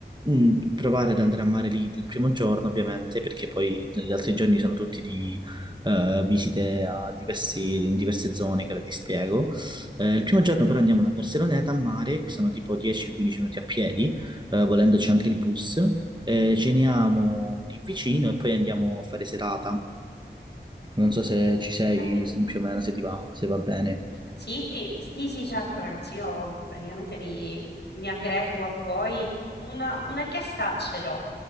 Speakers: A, on the right; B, on the left.
A: mm, provare ad andare a mare lì il primo giorno, ovviamente, perché poi gli altri giorni sono tutti di eh, visite a diversi- in diverse zone che ora ti spiego. Eh, il primo giorno però andiamo alla Barceloneta a mare, che sono tipo 10-15 minuti a piedi, eh, volendoci anche il bus. Eh, ceniamo lì vicino e poi andiamo a fare serata. Non so se ci
B: Ok.
A: sei se- più o meno, se ti va, se va bene.
B: Sì, sì, sì, certo, ragazzi, io praticamente mi, mi aggrego a voi. Una, una richiesta ce l'ho.